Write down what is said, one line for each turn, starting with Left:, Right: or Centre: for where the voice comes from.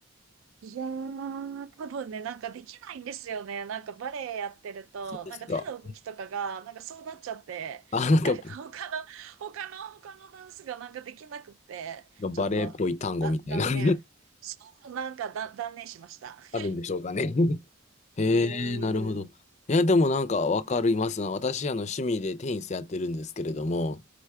Right: いやー、多分ね、なんかできないんですよね。なんかバレエやってると、
Left: そうですか。
Right: なんか手の動きとかが、なんかそうなっちゃって、
Left: あ、なんか、
Right: なんか <laughs> 他の、他の、他のダンスがなんかできなくて、
Left: バレエっぽい単語みたいな
Right: ちょっと、だ、断念。
Left: <laughs>
Right: そう、なんかだ、断念しました。<laughs>
Left: あるんでしょうかね。<laughs> へえ、
Right: うーん、
Left: なるほど。いや、でもなんかわかりますな。私、あの、趣味でテニスやってるんですけれども、